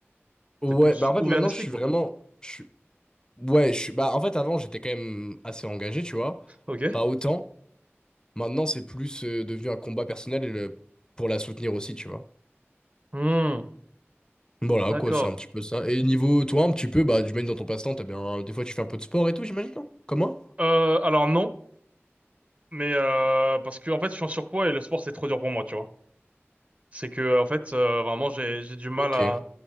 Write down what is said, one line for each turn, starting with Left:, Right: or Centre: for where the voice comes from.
Left: Ouais,
Right: t'es plus
Left: bah en fait,
Right: ouvert
Left: maintenant,
Right: d'esprit,
Left: je suis
Right: quoi.
Left: vraiment... Je suis... Ouais, je suis... Bah en fait, avant, j'étais quand même assez engagé, tu vois.
Right: Ok.
Left: Pas autant. Maintenant, c'est plus euh, devenu un combat personnel et le- pour la soutenir aussi, tu vois.
Right: Hmm.
Left: Voilà,
Right: D'accord.
Left: quoi, c'est un petit peu ça. Et niveau toi, un petit peu, bah, du même dans ton passe-temps, t'as bien. Des fois, tu fais un peu de sport et tout, j'imagine, non? Comme moi?
Right: Euh, alors non. Mais euh, parce que en fait, je suis en surpoids et le sport c'est trop dur pour moi, tu vois. C'est que en fait, euh, vraiment, j'ai j'ai du mal
Left: Ok.
Right: à